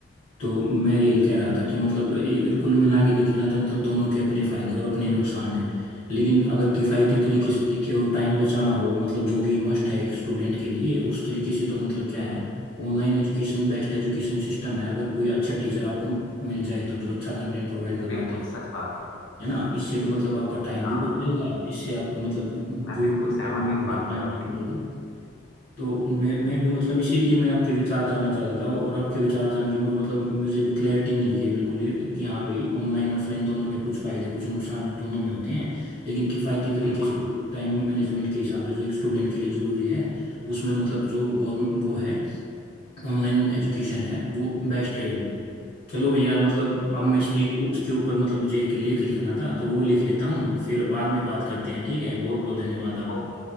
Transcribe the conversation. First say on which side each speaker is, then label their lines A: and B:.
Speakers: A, on the left (about 50°); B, on the left (about 75°).
A: तो मैं यही कह रहा था कि मतलब एक कुल मिला के देखे ना तो मतलब दोनों के अपने फायदे और अपने नुकसान हैं लेकिन अगर किफ़ायती तरीके
B: बिल्कुल
A: से
B: बिल्कुल
A: देखे और टाइम बचाना हो मतलब जो कि मस्ट है एक स्टूडेंट के लिए उस तरीके से तो मतलब क्या
B: हम्म,
A: है online education best education system है अगर कोई अच्छा टीचर आपको मिल जाए तो जो अच्छा कंटेंट प्रोवाइड करवाता
B: बिल्कुल
A: है
B: सच बात है
A: है ना इससे तो मतलब आपका टाइम
B: हाँ
A: भी बच जाएगा इससे आपको मतलब
B: मैं
A: दूर
B: बिल्कुल
A: गर्मी
B: सहमत हूँ
A: में
B: इस
A: भटकना
B: बात पे
A: भी नहीं
B: आपकी
A: पड़ेगा तो मैं मैं भी मतलब इसीलिए मैं आपके विचार जानना चाहता था और आपके विचार जान के मुझे मतलब मुझे भी क्लैरिटी मिल गई है बिल्कुल ये कि हाँ भाई ऑनलाइन ऑफलाइन दोनों में कुछ फायदे कुछ नुकसान दोनों में होते हैं लेकिन किफ़ायती तरीके
B: बिल्कुल
A: से टाइम मैनेजमेंट के हिसाब से जो एक स्टूडेंट के लिए ज़रूरी है उसमें मतलब जो गवर्नमेंट वो है ऑनलाइन एजुकेशन है वो बेस्ट रहेगी चलो भैया मतलब अब मैं
B: हाँ,
A: इसके उसके ऊपर मतलब मुझे एक लेख लिखना था तो वो लिख लेता हूँ फिर बाद में बात करते हैं ठीक है बहुत बहुत धन्यवाद आपका
B: वो-